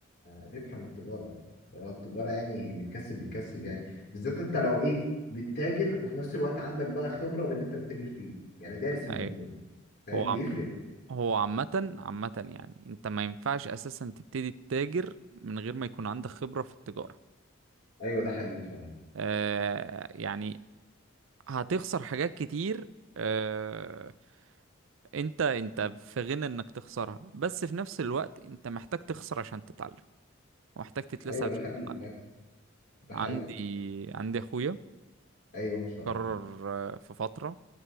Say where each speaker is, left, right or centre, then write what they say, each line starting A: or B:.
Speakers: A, on the left (about 50°); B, on the right (about 65°).
A: الربح من التجارة اللي هو التجارة يعني بتكسب بتكسب يعني بالذات أنت لو إيه بتتاجر وفي نفس الوقت عندك بقى خبرة باللي أنت بتتاجر فيه يعني دارس الموضوع
B: أي
A: فاهم
B: هو
A: بيفرق
B: عم... هو عامة عامة يعني أنت ما ينفعش أساسا تبتدي تتاجر من غير ما يكون عندك خبرة في التجارة
A: أيوه ده حقيقي فاهم
B: آه، يعني هتخسر حاجات كتير آه، انت انت في غنى انك تخسرها بس في نفس الوقت انت محتاج تخسر عشان تتعلم ومحتاج تتلسع
A: أيوه
B: عشان
A: ده حقيقي
B: تتعلم
A: فاهم ده
B: عندي
A: حقيقي
B: عندي اخويا
A: ايوه ان شاء
B: قرر
A: الله
B: آه، في فترة